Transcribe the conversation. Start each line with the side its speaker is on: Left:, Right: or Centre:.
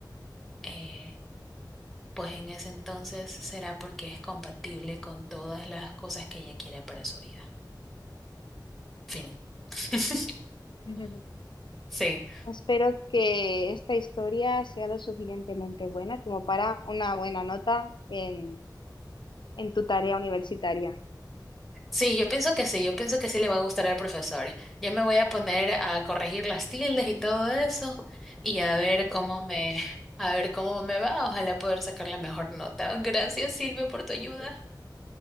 Centre: eh, pues en ese entonces será porque es compatible con todas las cosas que ella quiera para su vida. Fin. <laughs>
Left: Ujú.
Centre: Sí,
Left: Espero que esta historia sea lo suficientemente buena como para una buena nota en, en tu tarea universitaria.
Centre: sí, yo pienso que sí, yo pienso que sí le va a gustar al profesor. Ya me voy a poner a corregir las tildes y todo eso y a ver cómo me, a ver cómo me va. Ojalá poder sacar la mejor nota. Gracias, Silvio, por tu ayuda.
Left: Ok.
Centre: <laughs>